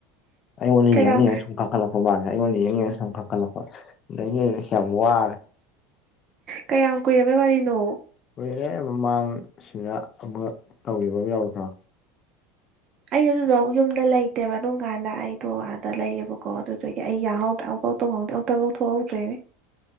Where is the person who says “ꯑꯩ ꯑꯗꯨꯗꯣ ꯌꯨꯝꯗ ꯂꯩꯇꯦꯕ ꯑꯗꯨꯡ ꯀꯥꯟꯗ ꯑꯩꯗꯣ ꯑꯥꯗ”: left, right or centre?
Right